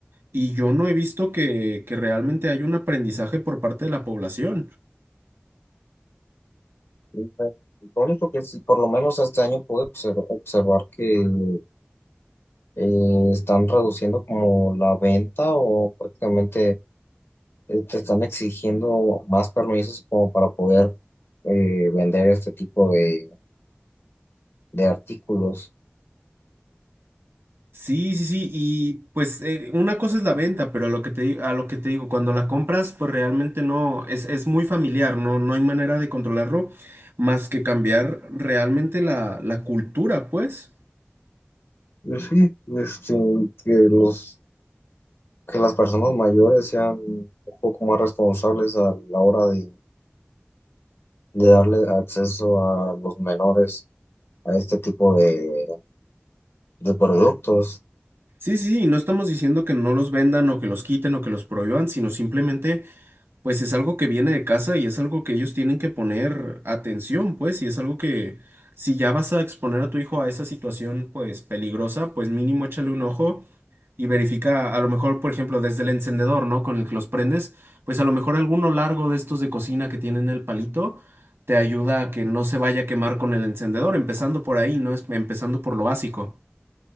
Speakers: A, on the right; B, on the left.
A: Y yo no he visto que, que realmente hay un aprendizaje por parte de la población.
B: Y, pues, Lo único que sí, por lo menos este año pude observ- observar que eh, están reduciendo como la venta o prácticamente eh, te están exigiendo más permisos como para poder eh, vender este tipo de, de artículos.
A: Sí, sí, sí. Y pues eh, una cosa es la venta, pero a lo que te, di- a lo que te digo, cuando la compras, pues realmente no, es, es muy familiar, no, no hay manera de controlarlo más que cambiar realmente la, la cultura, pues.
B: Y sí, este, que los, que las personas mayores sean un poco más responsables a la hora de, de darle acceso a los menores a este tipo de, de productos.
A: Sí, sí, sí, no estamos diciendo que no los vendan o que los quiten o que los prohíban, sino simplemente, pues es algo que viene de casa y es algo que ellos tienen que poner atención, pues, y es algo que si ya vas a exponer a tu hijo a esa situación, pues, peligrosa, pues mínimo échale un ojo y verifica, a lo mejor, por ejemplo, desde el encendedor, ¿no? Con el que los prendes, pues a lo mejor alguno largo de estos de cocina que tienen el palito te ayuda a que no se vaya a quemar con el encendedor, empezando por ahí, ¿no? Es- Empezando por lo básico.